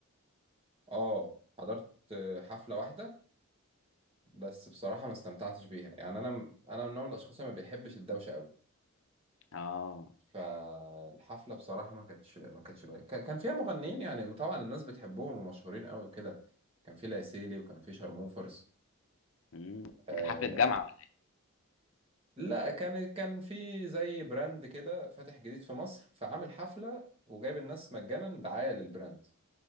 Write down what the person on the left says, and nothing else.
اه
امم
كانت حفله جامعه ولا